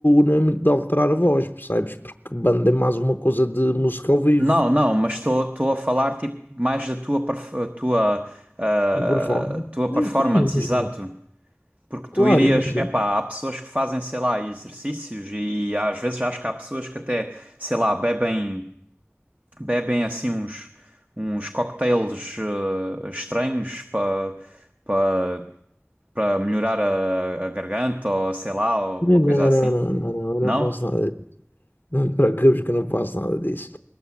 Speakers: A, on the left; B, on the right.
A: não é muito de alterar a voz, percebes? Porque banda é mais uma coisa de música ao vivo,
B: Não, não, mas estou a falar tipo mais da tua perf- a tua ah,
A: de performance.
B: tua performance,
A: Sim, sim, imagina.
B: exato. Porque
A: Claro,
B: tu irias,
A: imagina.
B: epá, há pessoas que fazem, sei lá, exercícios e, às vezes acho que há pessoas que até, sei lá, bebem bebem assim uns uns cocktails ah, estranhos para para para melhorar a, a garganta ou sei lá, ou
A: Não,
B: uma coisa
A: não,
B: assim.
A: não, não, não, não, eu
B: Não?
A: não faço nada. disso. Não te preocupes que eu não faço nada disso.